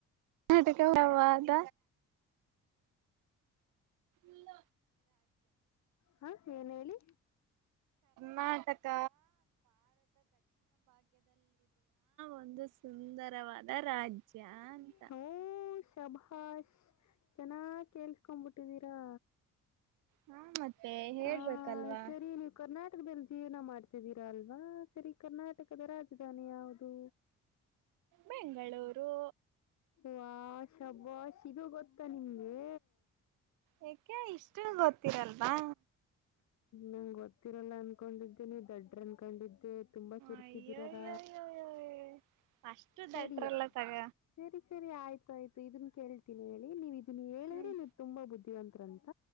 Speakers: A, on the right; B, on the left.
A: ಕರ್ನಾಟಕ ವಾದ ಇಲ್ಲ
B: ಹ ಏನ್ ಹೇಳಿ.
A: ನಾಟಕ ಒಂದು ಸುಂದರವಾದ ರಾಜ್ಯ ಅಂತ
B: ಹೋ ಉಷ್ <unintelligible> ಶಭಾಷ್ ಚೆನ್ನಾಗ್ ಕೇಳ್ಸ್ಕೊಂಡ್ ಬಿಟ್ಟಿದೀರಾ.
A: ಹಾ ಮತ್ತೆ ಹೇಳ್ಬೇಕಲ್ವಾ
B: ಹ ಸರಿ ನೀವು ಕರ್ನಾಟ್ ಇಲ್ ಬಂದ್ ಜೀವ್ನ ಮಾಡ್ತಿದಿ. ಅಲ್ವಾ ಸರಿ ಕರ್ನಾಟಕದ ರಾಜಧಾನಿ ಯಾವ್ದು.
A: ಬೆಂಗಳೂರು
B: ವ ಶಭಾಷ್ ಇದು ಗೊತ್ತಾ ನಿಮ್ಗೆ.
A: ಯಾಕೆ ಇಷ್ಟು ಗೊತ್ತಿರಲ್ವಾ.
B: ನಂಗ ಗೊತ್ತಿರಲ್ಲ ಅನ್ಕೊಂಡಿದ್ದಿನಿ ದಡ್ರು ಅನ್ಕೊಂಡಿ. ತುಂಬಾ ಚುರ್ಕಿದ್ದೀರಾರ
A: ಅಯ್ಯಯ್ಯಯ್ಯೋ ಅಷ್ಟು
B: ಸರಿ
A: ದಟ್ರಲ್ಲ ತಗ
B: ಸರಿ ಸರಿ ಆಯ್ತು ಆಯ್ತು. ಇದುನ್ನ ಕೇಳ್ತೀನಿ ಹೇಳಿ ನೀವು ಇದ್ ನೀ ಹೇಳಿದ್ರೆ
A: ಹ್ಮ್
B: ನೀವು ತುಂಬಾ ಬುದ್ಧಿವಂತರ ಅಂತ